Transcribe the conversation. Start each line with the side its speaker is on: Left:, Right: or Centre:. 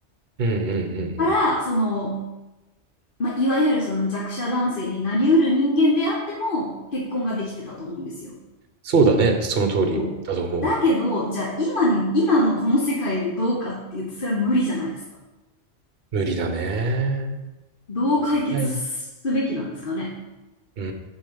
Right: うんうんうんうん。
Left: から、その、まあ、いわゆるその弱者男性になりうる人間であっても結婚ができてたと思うんですよ。
Right: そうだね。その通りだと思う。
Left: そうだけど、じゃあ今に、今のこの世界でどうかっていうと、それは無理じゃないですか。
Right: 無理だね。
Left: どう解決すべきなんですかね。
Right: いやい。うー